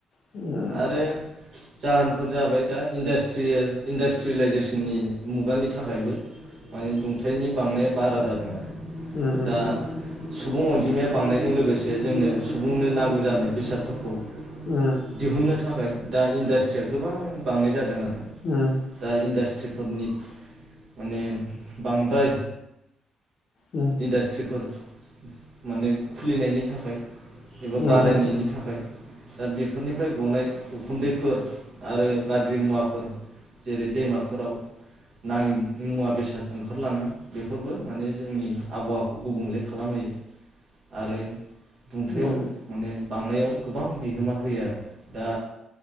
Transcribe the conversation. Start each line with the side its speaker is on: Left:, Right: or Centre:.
Left: <inaudible>
Right: आरो जाहोनफोर जाबाय दा इन्डास्ट्रियेल-इन्डास्ट्रियेलाइजेसननि मुगानि था- थाखायबो माने दुंथाइनि <inaudible> बांनाया बारा जादों आरो
Left: उम उम
Right: दा
Left: उम
Right: सुबुं अनजिमाया बांनायजों लोगोसे जोंनो सुबुंनो नांगौ जानाय बेसादफोरखौ
Left: उम
Right: दिहुननो थाखाय दा इन्डास्ट्रिया गोबां बांनाय जा दों आरो।
Left: उम
Right: दा इन्डास ट्रिफोरनि माने बांद्राय
Left: उम
Right: इन्डास्ट्रिफोर माने खुलिनायनि थाखाय
Left: उम
Right: बारायनायनि
Left: उम
Right: थाखाय दा बेफोरनिफ्राय गनाय उखुन्दैफोर आरो गाज्रि मुवाफोर जेरै दैमाफोराव नाङै मुवा बेसाद ओंखारलाङो बेफोरबो माने जोंनि आबहावाखौ गुबुंले खालामहोयो। आरो दुंथायाव
Left: उम।
Right: माने बांनायाव गोबां बिहोमा होयो आरो। दा